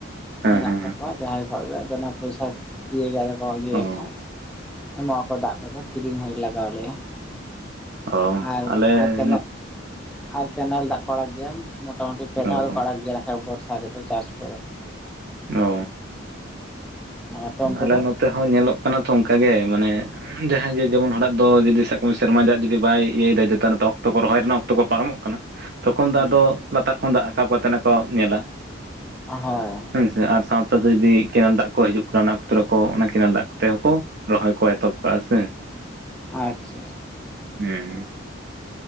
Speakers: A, on the right; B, in the centre.
A: ᱦᱮᱸ
B: ᱢᱮᱱᱟᱜ
A: ᱦᱮᱸ ᱦᱮᱸ
B: ᱛᱟᱠᱚᱣᱟ ᱡᱟᱦᱟᱸᱭ ᱠᱷᱚᱣᱟ ᱜᱮ ᱟᱫᱚ ᱚᱱᱟ ᱯᱚᱭᱥᱟ ᱫᱤᱭᱮ ᱜᱮ ᱠᱚ ᱤᱭᱟᱹᱭᱟᱠᱚ
A: ᱚ
B: ᱮᱢᱚᱜ ᱟᱠᱚ ᱫᱟᱜ ᱠᱚᱫᱚ ᱠᱤᱨᱤᱧ ᱦᱩᱭ ᱞᱟᱜᱟᱣ ᱟᱞᱮᱭᱟ᱾
A: ᱚ
B: ᱟᱨ,
A: ᱟᱞᱮ
B: ᱟᱨ ᱠᱮ
A: ᱱᱚᱛ
B: ᱟᱨ ᱠᱮᱱᱮᱞ ᱫᱟᱜ ᱠᱚ ᱟᱲᱟᱜ ᱜᱮᱭᱟ ᱢᱚᱴᱟᱢᱩᱴᱤ ᱯᱮ
A: ᱚ
B: ᱫᱷᱟᱣ ᱫᱚ ᱠᱚ ᱟᱲᱟᱜ ᱜᱮᱭᱟ ᱵᱟᱠᱷᱟᱡ ᱵᱚᱨᱥᱟ ᱨᱮᱫᱚ ᱪᱟᱥ ᱯᱚᱨᱮ ᱦᱚᱸ᱾
A: ᱚᱻ
B: ᱟᱨ ᱟᱯᱮ ᱚᱱᱛᱮ
A: ᱟᱞᱮ
B: ᱫᱚ
A: ᱱᱚᱛᱮ ᱦᱚᱸ ᱧᱮᱞᱚᱜ ᱠᱟᱱᱟ ᱛᱚ ᱚᱱᱠᱟ ᱜᱮ ᱢᱟᱱᱮᱼᱼ ᱡᱟᱦᱟᱸᱭ ᱡᱮ ᱡᱮᱢᱚᱱ ᱦᱚᱲᱟᱜ ᱫᱚ ᱡᱩᱫᱤ ᱥᱟᱠᱟᱢ ᱥᱮᱨᱢᱟ ᱡᱟᱜ ᱡᱩᱫᱤ ᱵᱟᱭ ᱤᱭᱟᱹᱭᱮᱫᱟ ᱡᱚᱛᱮ ᱱᱚ ᱚᱠᱛᱚ ᱠᱚ ᱨᱚᱦᱚᱭ ᱨᱮᱱᱟᱜ ᱚᱠᱛᱚ ᱠᱚ ᱯᱟᱨᱚᱢᱚᱜ ᱠᱟᱱᱟ᱾ ᱛᱚᱠᱷᱚᱱ ᱫᱚ
B: ᱦᱩᱸ
A: ᱟᱫᱚ ᱞᱟᱛᱟᱨ ᱠᱷᱚᱱ ᱫᱟᱜ ᱨᱟᱠᱟᱵ ᱠᱟᱛᱮ ᱠᱚ ᱧᱮᱞᱟ᱾
B: ᱦᱳᱭ
A: ᱦᱮᱸᱥᱮ ᱟᱨ ᱥᱟᱶᱛᱮᱛᱮ ᱡᱩᱫᱤ ᱠᱮᱱᱮᱞ ᱫᱟᱜ ᱠᱚ ᱦᱤᱡᱩᱜᱼᱟ ᱨᱟᱱᱟ ᱠᱚᱛᱨᱟᱹ ᱠᱚ ᱚᱱᱟ ᱠᱮᱱᱮᱞ ᱫᱟᱜ ᱠᱚᱛᱮ ᱦᱚᱸᱠᱚ ᱨᱚᱦᱚᱭ ᱠᱚ ᱮᱛᱚᱦᱚᱵ ᱠᱟᱜᱼᱟ ᱥᱮ᱾
B: ᱟᱪᱪᱷᱟ,
A: ᱦᱩᱸ